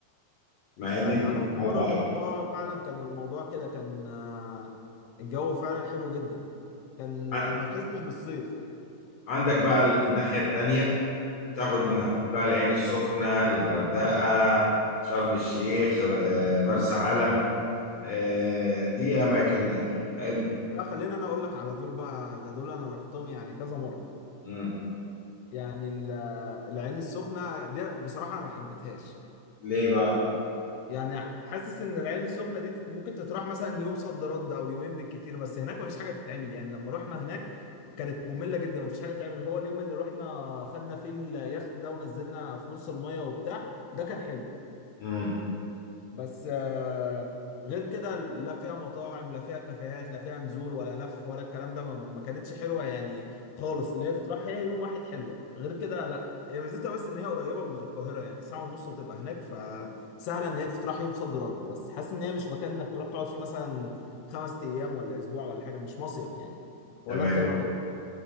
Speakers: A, on the left; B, on the left.
A: مع
B: يعني
A: ان الاتنين
B: انا في المرة
A: على البحر
B: اللي رحتها فعلا كان الموضوع كده كان آه، الجو فعلا حلو جدا كان
A: عن-
B: يعني ما تحسش بالصيف
A: عندك بقى ال- الناحية التانية تاخد من
B: اه
A: أول بقى العين السخنة الغردقة شرم الشيخ آه، مرسى علم آه، دي أماكن آه،
B: لا خلينا انا اقول لك على دول بقى ده دول انا رحتهم يعني كذا مرة
A: مم.
B: يعني ال- آه، العين السخنة دي بصراحة انا ما حبيتهاش
A: ليه بقى؟
B: يعني حاسس ان العين السخنه دي تت- ممكن تتراح مثلا يوم صد رد او يومين بالكتير بس هناك مفيش حاجه تتعمل يعني لما رحنا هناك كانت ممله جدا مفيش حاجه تتعمل هو اليوم اللي رحنا خدنا فيه اليخت ده ونزلنا في نص الميه وبتاع ده كان حلو
A: مم.
B: بس آه، غير كده لا فيها مطاعم لا فيها كافيهات لا فيها نزول ولا لف ولا الكلام ده ما ما كانتش حلوه يعني خالص اللي هي تتراح هي يوم واحد حلوه غير كده لا هي ميزتها بس ان هي قريبه من القاهره يعني ساعه ونص وتبقى هناك فسهله ان هي تتراح يوم صد رد بس حاسس ان هي مش مكان انك تروح تقعد فيه مثلا خمس ايام ولا اسبوع ولا حاجه مش مصيف يعني ولا
A: تمام
B: انت ايه رايك؟